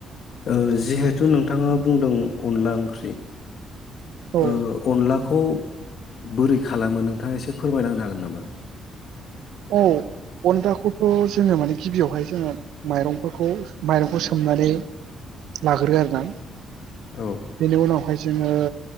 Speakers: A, on the left (about 60°); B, on the right (about 85°).
A: ओ जिहेथु नोंथाङा बुंदों अनला ओं ख्रि
B: औ
A: ओ अनला खौ बोरै खालामो नोंथाङा एसे फोरमायनांनो हागोन नामा?
B: औ अनलाखौथ' जोङो माने गिबियावहाय जोङो माइरंफोरखौ माइरंखौ सोमनानै लाग्रो आरो ना
A: औ
B: बेनि उनावहाय जोङो